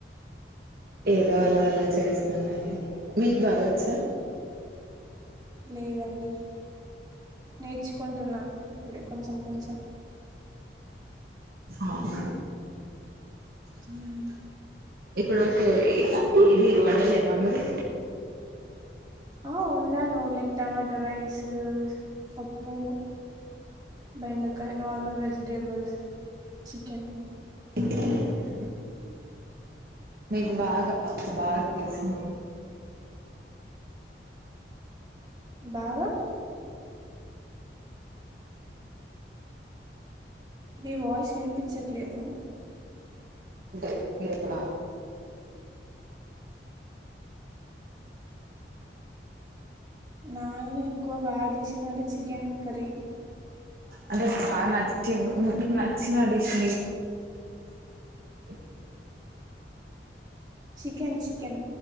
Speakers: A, on the right; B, on the right.
A: ఏదో అలా అలా చేస్తానండి మీకు బాగొచ్చా
B: లేదండి నేర్చుకుంటున్నాను ఇప్పుడే కొంచెం కొంచెం
A: అవున
B: హ్మ్
A: ఇప్పటి వరకు ఏ ఏది వండలేదా మీరు
B: ఆ వండాను లైక్ టమాటో రైస్ పప్పు బెండకాయ నార్మల్ వెజిటేబల్స్ చికెన్
A: అ మీకు బాగా బాగా వేసింది
B: బాగా నీ వాయిస్ వినిపించట్లేదు
A: <unintelligible>
B: నాయన ఎక్కువ బా చేసిందంటే చికెన్ కర్రీ
A: అంటే బా నచ్చినా నీకు నచ్చిన డిష్ <unintelligible>
B: చికెన్ చికెన్